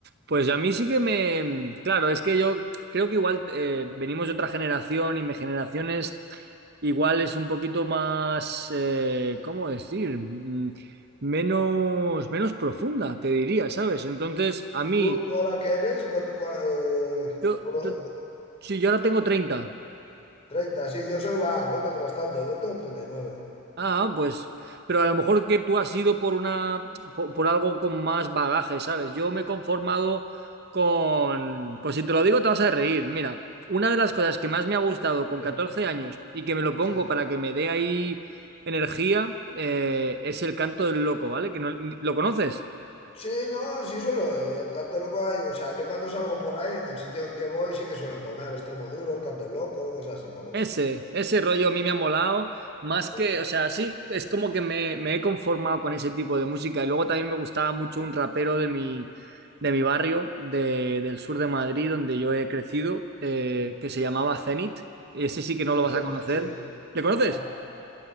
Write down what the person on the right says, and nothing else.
Pues a mí sí que me... mm, Claro, es que yo creo que igual eh, venimos de otra generación y mi generación es... Igual es un poquito más... eh, ¿cómo decir? Mm, Menos, menos profunda, te diría, ¿sabes? Entonces, a mí,
yo,
yo, sí, yo ahora tengo 30.
Ah, pues, pero a lo mejor que tú has ido por una, por, por algo con más bagaje, ¿sabes? Yo me he conformado con, pues si te lo digo te vas a reír. Mira, una de las cosas que más me ha gustado con
14 años y que me lo pongo
para que me dé ahí energía, eh, es el canto del loco, ¿vale? Que no, ¿lo conoces?
Ese, ese rollo a mí me ha molado, más
que, o sea, sí, es como que me, me he conformado con ese tipo de música. Y luego también me gustaba mucho un rapero de mi, de mi barrio, de, del sur de Madrid, donde yo he crecido, eh,
que se llamaba Zenit. Ese sí que no
lo vas
a conocer.
¿Le conoces?